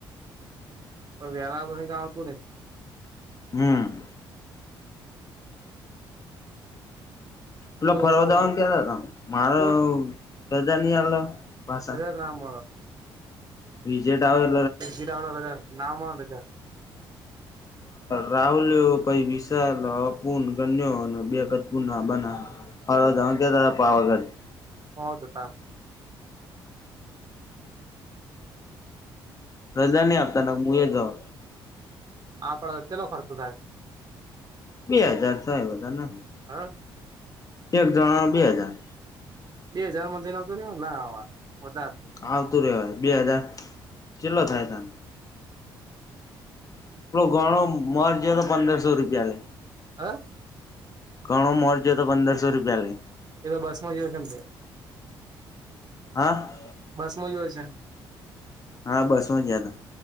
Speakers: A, on the right (about 35°); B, on the left (about 30°).
A: પણ વેના પ ક આવતું નહી.
B: હમ. પેલો
A: પેલું
B: ફરવદવા કતા ત મારો
A: કોણ
B: પ્રજાની આ ભાષા.
A: રામ.
B: વિજય ડાવર
A: એ ગીટ રજા નામા રજા.
B: રાહુલ પઈ વિષાલ. પૂ ગન્યો બેપૂ બ ફળ તગઢ <unintelligible>
A: હો જતા.
B: રજા નહી આપતા હું એ જા.
A: આપ પણડ ચલો ખર્ચો થાય?
B: બે હાજાર થાય બધા નથી.
A: હ.
B: એક જણા ન બે હાજાર.
A: બે હાજાર માંથીનો કર્યો ના હ વધારે.
B: આવતું રવા બે હજાર, કેટલો થાય તને? આપડો ઘણો મરજ તો પંદરસો રૂપિયા લે.
A: હ
B: ઘણો મોરજો તો પંદરસો રૂપિયા લઈ.
A: એ તો બસ માં જ કેમ થ.
B: હા.
A: બસ માં જોયો છે?
B: હા બસમાં જયા હતા.